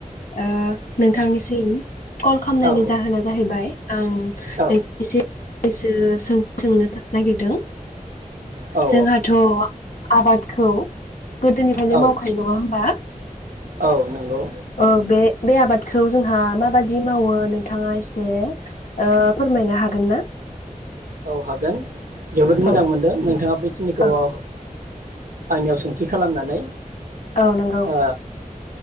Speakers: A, on the left; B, on the right.
A: ओ नोंथांनिसिम सिम कल खालामनायनि
B: औ
A: जाहोना जाहैबाय आं
B: औ
A: एसेसो सोंथि सोंनो नागिरदों
B: औ
A: जोंहाथ' आबादखौ गोदोनिफ्रायनो
B: औ
A: मावखायो नङा होनबा
B: औ नंगौ
A: औ बे बे आबादखौ जोंहा माबादि मावो नोंथाङा एसे ओ फोरमायनो हागोन ना
B: औ हागोन जोबोद मोजां
A: औ
B: मोनदों नोंथाङा बेखिनिखौ
A: औ
B: ओ आंनियाव सोंथि खालामनानै
A: औ नंगौ
B: ओ